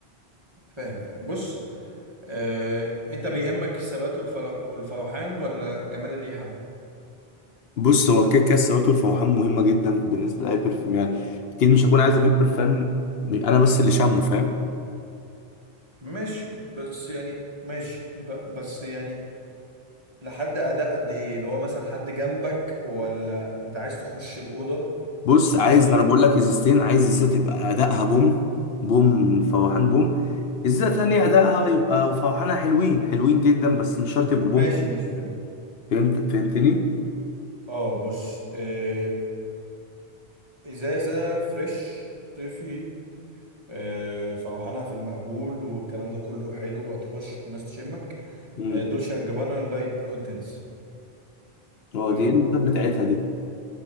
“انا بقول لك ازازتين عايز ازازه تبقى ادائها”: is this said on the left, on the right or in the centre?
Left